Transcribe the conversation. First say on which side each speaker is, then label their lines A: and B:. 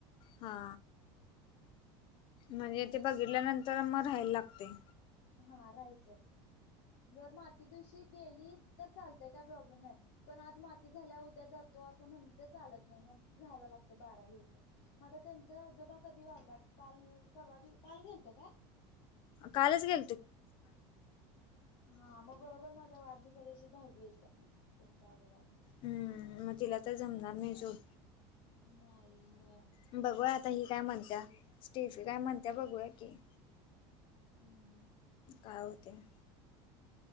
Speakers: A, on the left; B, on the left.
A: हा.
B: नाही
A: म्हणजे
B: असं असते
A: ते बघितल्यानंतर म राहायला लागतय?
B: हा राहायचं जर माती दिवशी गेली तर चालतंय काय प्रॉब्लेम नाय. पण आज माती झाल्याव उद्या जातो असं म्हणलं तर चालत नाय मग रायला लागते बारावी होय पर्यंत. म आता त्यांच आजोबा कधी वारल्यात काल परवा काल गेलतो काय?
A: कालच गे
B: <inaudible> हा मग बरोबर माझ्या वाढदिवसाशी दहावी येतीय त्यांच्या आजोबांची.
A: हम्म, म तिला तर जमणार नाय सोड.
B: नाय ग.
A: बघूया आता ही काय म्हणतिया स्टेफी काय म्हणतिया बघूया की.
B: हम्म.
A: काय होतंय?